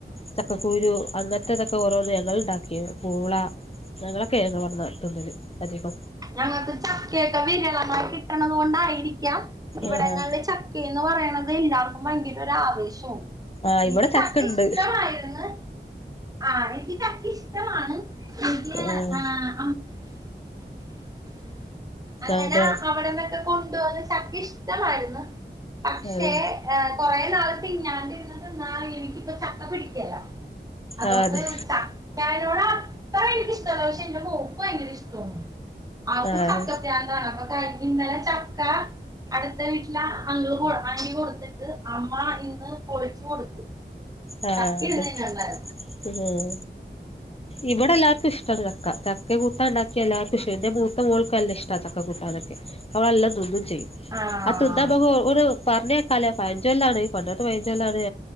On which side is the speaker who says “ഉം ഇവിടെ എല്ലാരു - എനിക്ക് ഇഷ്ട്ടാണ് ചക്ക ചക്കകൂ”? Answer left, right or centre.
Left